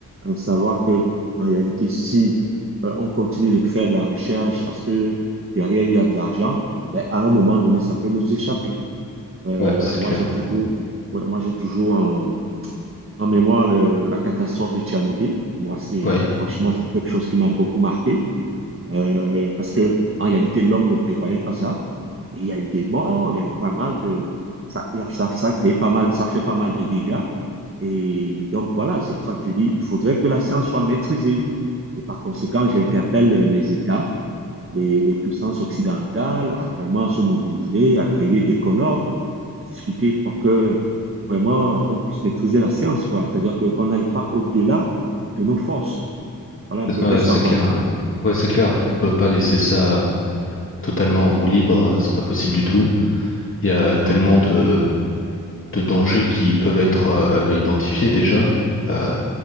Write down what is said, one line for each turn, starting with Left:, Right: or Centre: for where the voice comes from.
Right: euh, savoir que, en réalité, si euh, on continue de faire de la recherche parce que derrière il y a de l'argent, ben, à un moment donné, ça peut nous échapper. Euh,
Left: Ouais, c'est
Right: moi,
Left: clair.
Right: j'ai toujours, ouais, moi, j'ai toujours en, en mémoire le- la catastrophe de Tchernobyl. Moi, c'est
Left: Ouais,
Right: franchement c'est quelque chose qui m'a beaucoup marqué euh, parce que en réalité, l'homme ne prévoyait pas ça. Et il y a eu des morts, il y a eu pas mal de ça, il y a- ça, ça a créé pas mal, ça fait pas mal de dégâts. Et donc voilà, c'est pour ça que je dis, il faudrait que la science soit maîtrisée. Et par conséquent, j'interpelle euh, les États les, les puissances occidentales à vraiment se mobiliser, à créer des colloques, à discuter pour que vraiment on puisse maîtriser la science, quoi. C'est-à-dire que qu'on n'aille pas au-delà de nos forces. Voilà un
Left: ouais,
Right: peu, qu'est-ce
Left: ouais,
Right: que
Left: c'est
Right: tu en penses?
Left: clair. hein. Ouais, c'est clair. On peut pas laisser ça euh, totalement en roue libre. euh, C'est pas possible du tout. Il y a tellement
Right: Ouais,
Left: de, de dangers qui peuvent être euh, identifiés déjà. Euh,